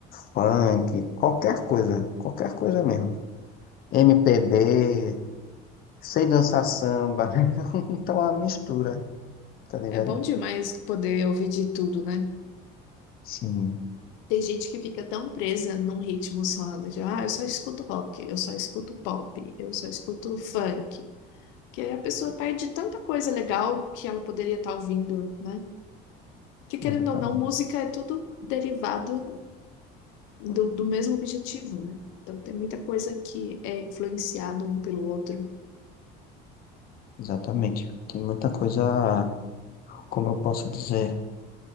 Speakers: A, on the left; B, on the left.
A: funk, qualquer coisa. Qualquer coisa mesmo. MPB, sei dançar samba. <laughs> Então é uma mistura, tá ligado?
B: É bom demais poder ouvir de tudo, né?
A: Sim,
B: Tem gente que fica tão presa num ritmo só, né? de, Ah, eu só escuto rock, eu só escuto pop, eu só escuto funk. Que aí a pessoa perde tanta coisa legal que ela poderia estar ouvindo, né? Que querendo
A: exatamente.
B: ou não, música é tudo derivado do, do mesmo objetivo, né? Então tem muita coisa que é influenciado um pelo outro.
A: Exatamente. Tem muita coisa, como eu posso dizer,